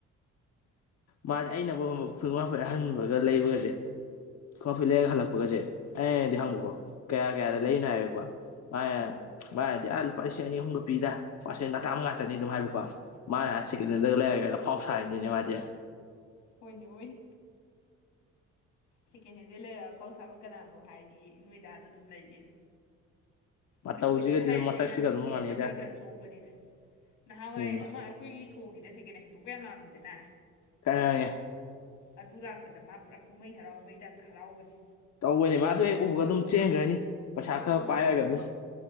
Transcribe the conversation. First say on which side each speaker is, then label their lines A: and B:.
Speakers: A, on the left (about 60°); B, on the left (about 85°).
A: ꯃꯥꯁꯦ ꯑꯩꯅ ꯕꯥꯎ ꯈꯪꯒꯥꯎ ꯐꯨꯔꯤꯠ ꯑꯍꯟꯕꯒ ꯂꯩꯕꯒꯁꯦ ꯈꯣꯒꯥꯎ ꯐꯨꯔꯤꯠ ꯂꯩꯔꯒ ꯍꯜꯂꯛꯄꯒꯁꯦ ꯑꯩꯅꯗꯤ
B: ꯎꯝ
A: ꯍꯪꯉꯀꯣ ꯀꯌꯥ ꯀꯌꯥꯗ ꯂꯩꯅꯣ ꯍꯥꯏꯕꯦꯀꯣ ꯃꯥꯅ
B: ꯎꯝ
A: ꯃꯥꯅꯗꯤ ꯑꯥ ꯂꯨꯄꯥ ꯂꯤꯁꯤꯡ ꯑꯅꯤ ꯑꯍꯨꯝꯒ ꯄꯤꯗ ꯄꯥꯔꯍꯦꯟ ꯑꯇꯥꯡꯕ ꯉꯥꯛꯇꯅꯤ ꯑꯗꯨꯝ ꯍꯥꯏꯕꯀꯣ ꯃꯥꯅ
B: ꯎꯝ
A: ꯑꯥ ꯁꯦꯀꯦꯍꯦꯟ ꯗꯒ ꯂꯩꯒ ꯑꯐꯥꯎꯁ ꯁꯥꯔꯤꯅꯤꯅꯦ ꯃꯥꯗꯤ
B: ꯍꯣꯏꯅꯦ ꯍꫭꯏꯅꯦ ꯁꯦꯀꯦꯟ ꯍꯦꯟꯗꯩ ꯂꯩꯔꯒ ꯑꯐꯥꯎ ꯁꯥꯕ ꯀꯅꯥꯅꯣ ꯍꯥꯏꯗꯤ ꯅꯣꯏ ꯗꯥꯗꯨ ꯑꯗꯨꯝ ꯂꯩꯔꯦꯅꯦ
A: ꯃꯇꯧꯁꯤꯒꯗꯤ
B: ꯑꯗꯨꯕꯨꯗꯤ ꯊꯥꯏꯅꯦꯟꯗꯩ
A: ꯑꯗꯨꯝ ꯃꯁꯛꯁꯤꯒ
B: ꯃꯥꯁꯦ
A: ꯑꯗꯨꯝ
B: ꯁꯦꯀꯦꯟ
A: ꯃꯥꯟꯅꯩꯗ
B: ꯍꯦꯟꯗꯕꯨꯗꯤ ꯈꯔ ꯆꯣꯞꯄꯅꯤꯗ ꯅꯍꯥꯟꯋꯥꯏ
A: ꯎꯝ
B: ꯑꯃ ꯑꯩꯈꯣꯏꯒꯤ ꯊꯣꯡꯉꯤꯗ ꯁꯦꯀꯦꯟ ꯍꯦꯟ ꯍꯩꯗꯣꯛꯄ ꯌꯥꯝ ꯂꯥꯝꯑꯝꯃꯤꯗꯅ
A: ꯀꯔꯥꯏꯉꯦ
B: ꯑꯗꯨ ꯂꯥꯛꯄꯗ ꯃꯥ ꯄꯨꯔꯥ ꯀꯨꯝꯍꯩ ꯍꯔꯥꯎ ꯑꯃꯩ ꯇꯥꯏꯞꯇ ꯍꯔꯥꯎꯕꯅꯤ
A: ꯇꯧꯕꯅꯤ ꯃꯥ ꯑꯗꯨ ꯍꯦꯛ ꯎꯕꯒ ꯑꯗꯨꯝ ꯆꯦꯟꯒ꯭ꯔꯅꯤ ꯄꯩꯁꯥ ꯈꯔ
B: ꯎꯝ
A: ꯄꯥꯏꯔꯒ ꯑꯗꯨꯝ